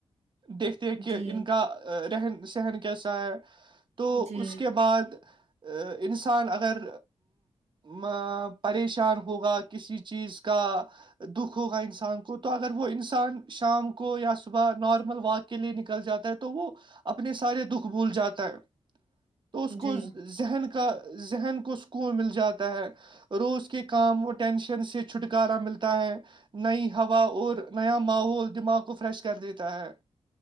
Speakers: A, on the right; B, on the right.
A: دیکھتے ہیں کہ
B: جی
A: ان کا رہن سہن کیسا ہے تو
B: جی
A: اس کے بعد ا انسان اگر م پریشان ہوگا کسی چیز کا دکھ ہوگا انسان کو تو اگر وہ انسان شام کو یا صبح نارمل واک کے لیے نکل جاتا ہے تو وہ اپنے سارے دکھ بھول جاتا ہے تو اس
B: جی
A: کو زے ذہن کا ذہن کو سکون مل جاتا ہے روز کے کام و ٹینشن سے چھٹکارا ملتا ہے نئی ہوا اور نیا ماحول دماغ کو فریش کر دیتا ہے